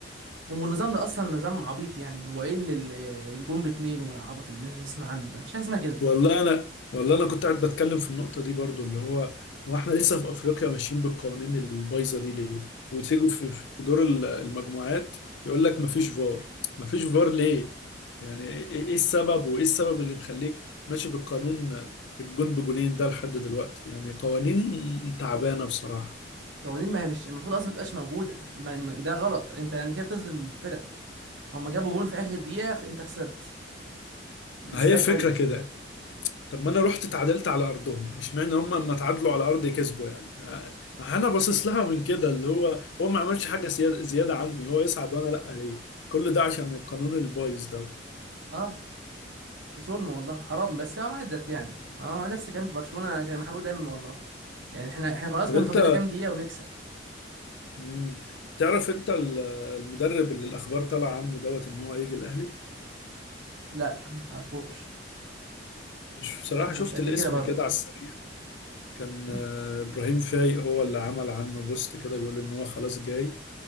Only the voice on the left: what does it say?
والله انا والله انا كنت قاعد بتكلم في النقطه دي برضو اللي هو هو احنا لسه في افريقيا ماشيين بالقوانين البايظه دي ليه وتيجوا في في دور ال- المجموعات يقول لك مفيش فار مفيش فار ليه يعني ايه إيه إيه السبب وايه السبب اللي مخليك ماشي بالقانون الجون بجونين ده لحد دلوقتي يعني قوانين تعبانه بصراحه
هي فكره
كده طب ما انا رحت اتعادلت على ارضهم اشمعنى هم لما اتعادلوا على ارضي كسبوا يعني ما انا باصص لها من كده اللي هو هو ما عملش حاجه زياده زياده عني هو يصعد وانا لا ليه كل ده عشان القانون البايظ ده
طب
انت
مم. تعرف انت ال- المدرب اللي الاخبار طالعه عنه دوت ان هو هيجي الاهلي
مش بصراحه
شفت
الاسم
كده على السريع كان
آه، ابراهيم فايق هو اللي عمل عنه بوست كده بيقول ان هو خلاص جاي